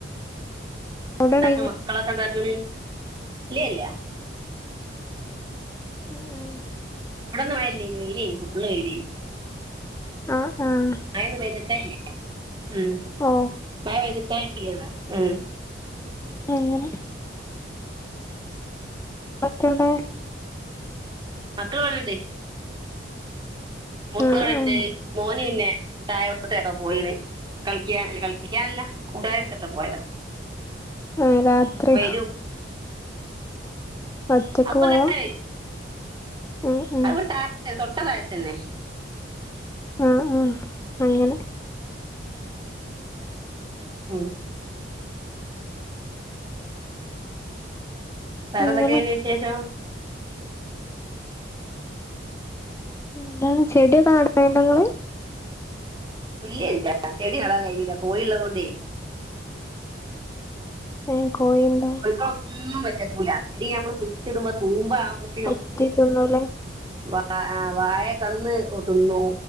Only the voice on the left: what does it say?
അവിടെ
ഉണ്ടായിനോ
<unintelligible>
ആഹ് ആഹ്
ഓ
അങ്ങനെ മറ്റവടെ
ആഹ്
ആഹ്
ആഹ് രാത്ര്യോ
ഒറ്റക്ക്
പോയാ
ഉം ഉം
ആഹ് ആഹ് അങ്ങനെ.
അങ്ങനെ
എന്താണ് ചെടിയൊക്കെ നടല് ഉണ്ടൊ ഇങ്ങള്.
ഏഹ് കോഴി ഉ
ത്തി തിന്നൂല്ലേ